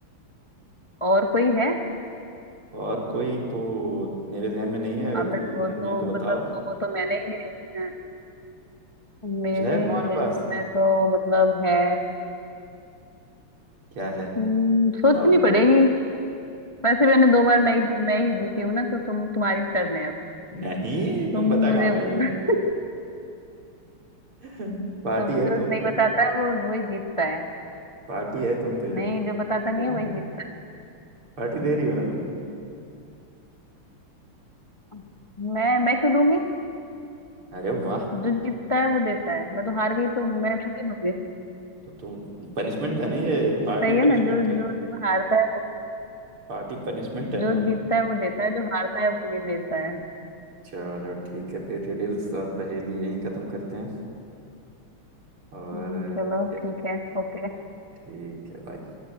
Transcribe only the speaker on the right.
और कोई तो मेरे जहन में नहीं है अगर
तुम्हारे
जहन
में है तो बताओ
कुछ है तुम्हारे
पास
क्या है
बताओ जल्दी
नहीं तुम
बता
कहाँ
पाई हो <laughs> पार्टी
है
तुम
पे
पार्टी है तुम पे
दे
रही-
पार्टी दे रही हो ना तुम
अरे वाह
तो तुम पनिशमेंट है ना ये पार्टी
पनिशमेंट
पार्टी पनिशमेंट
है ना
चलो ठीक है फिर रिडल्स और पहेली यहीं खत्म करते हैं और
फिर
ठीक है बाय